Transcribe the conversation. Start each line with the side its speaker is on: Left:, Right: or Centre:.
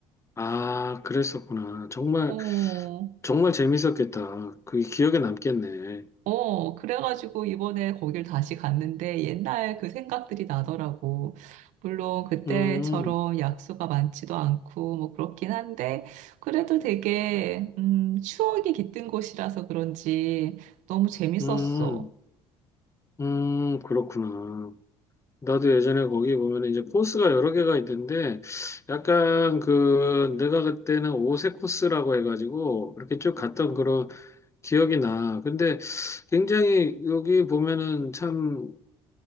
Left: 아, 그랬었구나. 정말,
Right: 어,
Left: 정말 재밌었겠다. 그게 기억에 남겠네.
Right: 어, 그래가지고 이번에 거길 다시 갔는데 옛날 그 생각들이 나더라고. 물론 그때처럼
Left: 음,
Right: 약수가 많지도 않고 뭐 그렇긴 한데 그래도 되게, 음, 추억이 깃든 곳이라서 그런지 너무 재밌었어.
Left: 음, 음, 그렇구나. 나도 예전에 거기 보면 이제 코스가 여러 개가 있는데, 약간 그, 내가 그때는 오색 코스라고 해가지고, 이렇게 쭉 갔던 그런 기억이 나. 근데 굉장히 여기 보면은 참,